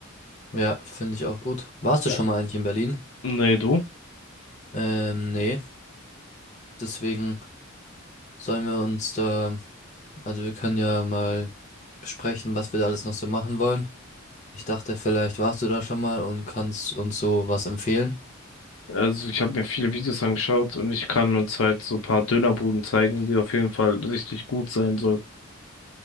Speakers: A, on the left (about 35°); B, on the left (about 70°).
A: Ja, finde ich auch gut. Warst du
B: Ja.
A: schon mal eigentlich in Berlin?
B: Nee, du?
A: Ähm, nee. Deswegen sollen wir uns da, also wir können ja mal besprechen, was wir da alles noch so machen wollen. Ich dachte, vielleicht warst du da schon mal und kannst uns so was empfehlen.
B: Also ich habe mir viele Videos angeschaut und ich kann uns halt so ein paar Dönerbuden zeigen, die auf jeden Fall richtig gut sein sollen.